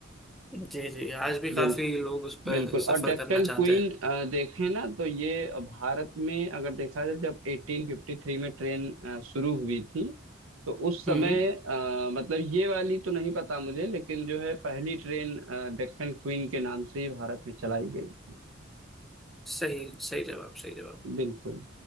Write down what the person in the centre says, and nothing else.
जी जी आज भी
काफी लोग उस पर
सफर
करना चाहते
हैं
हम्म
सही सही जवाब सही जवाब